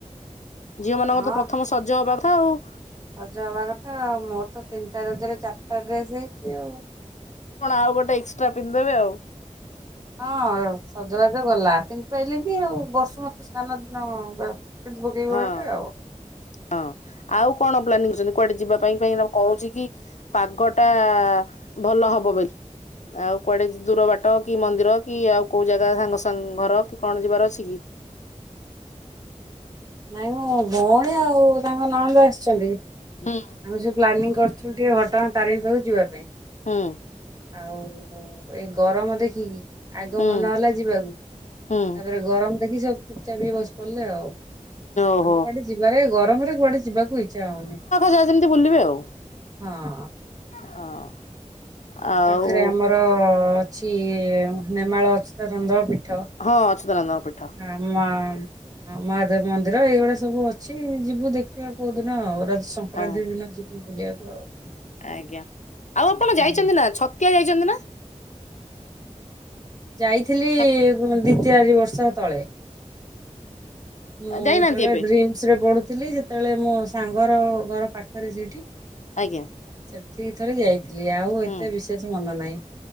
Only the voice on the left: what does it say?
ଝିଅ ମାନଙ୍କର
ତ ପ୍ରଥମ
ସଜ ହବା କଥା ଆଉ
କଣ ଆଉ ଗୋଟେ ଏକ୍ସଟ୍ରା ପିନ୍ଧିଦେବେ ଆଉ।
ହଁ
ହଁ ଆଉ କଣ ପ୍ଲାନିଂ କରିଛନ୍ତି କୁଆଡ଼େ ଯିବା ପାଇଁ କି କହୁଛି କି? ପାଗ ଟା ଭଲ ହବ ବୋଲି ଆଉ କୁଆଡ଼େ ଦୂର ବାଟ କି ମନ୍ଦିର କି ଆଉ କୋଉ ଜାଗା ସାଙ୍ଗ ସାଙ୍ଗ ଘର କି କଣ ଯିବାର ଅଛି କି?
ହୁଁ-
ହଁ
ହୁଁ
ହୁଁ
ଓହୋ
ଯାଏ ଯେମିତି ବୁଲିବେ ଆଉ
ହଁ। ଆଉ
ହଁ ଅଚତ ନନ୍ଦଙ୍କ ପୀଠ।
ଆ
ଆଜ୍ଞା ଆଉ ଆପଣ
ଯାଇଛନ୍ତି ନା ଛତିଆ ଯାଇଛନ୍ତି ନା?
ଛ
ଯାଇନାହାନ୍ତି
ଏବେ
ଆଜ୍ଞା।
ହୁଁ।